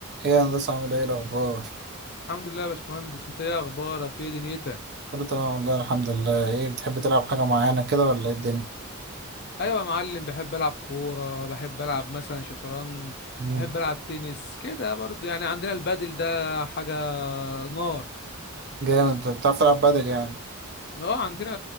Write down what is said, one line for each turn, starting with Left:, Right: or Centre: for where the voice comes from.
Right: ايه يا هندسة عامل ايه الأخبار؟
Left: الحمد لله يا باشمهندس انت ايه اخبارك ايه دنيتك
Right: كله تمام والله الحمد لله، ايه بتحب تلعب حاجة معينة كده ولا ايه الدنيا؟
Left: ايوه يا معلم بحب العب كوره بحب العب مثلا شطرنج
Right: مم.
Left: بحب العب تنس كده برضو يعني عندنا البادل ده حاجه نار
Right: جامد انت بتعرف تلعب بدل يعني؟
Left: اه عندنا